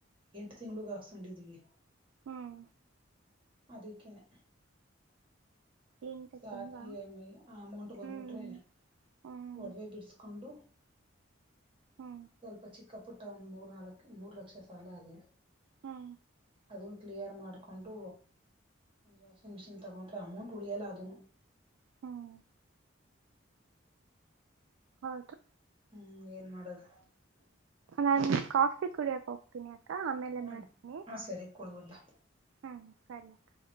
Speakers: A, on the right; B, on the right.
A: ಎಂಟು ತಿಂಗಳಿಗೆ ಹಾಕ್ಸ್ಕೊಂಡಿದ್ವಿ.
B: ಹ್ಮ್
A: ಅದಿಕ್ಕೆ ನೇ.
B: ಎಂಟು
A: ಸಾಕು
B: ತಿಂಗಳ
A: ಈ ಎಂ ಏ, ಆ ಅಮೌಂಟ್ ಬಂದ್ಬಿಟ್ರೆ
B: ಹ್ಮ್ ಹ್ಮ್
A: ಒಡವೆ ಬಿಡಿಸಕೊಂಡು.
B: ಹ್ಮ್
A: ಸ್ವಲ್ಪ ಚಿಕ್ಕ. ಕ್ಕ ಪುಟ್ಟ ಒಂದು ಮೂರ್ ನಾಲ್ಕು ಮೂರು ಲಕ್ಷ ಸಾಲ ಅದೇ.
B: ಹೂಂ
A: ಅದನ್ನು ಕ್ಲಿಯರ್ ಮಾಡಿಕೊಂಡು ಒಂದು ವಾಷಿಂಗ್ ಮಿಷಿನ್ ತಗೊಂಡ್ರೆ ಅಮೌಂಟ್ ಉಳಿಯೋಲ್ಲ ಅದುನು.
B: ಹ್ಮ್ ಹೌದು
A: ಹ್ಮ್ ಏನ್ ಮಾಡದು.
B: ನಾನ್ ಕಾಫಿ ಕುಡಿಯಾಕ್ ಹೋಗ್ತೀನಿ. ಕ್ಕ ಆಮೇಲೆ
A: ಹ್ಞೂ
B: ಮಾಡ್ತೀನಿ
A: ಹಾಂ ಸರಿ ಕೊಡ್ಬೋದಾ
B: <unintelligible> ಸರಿ ಅಕ್ಕ.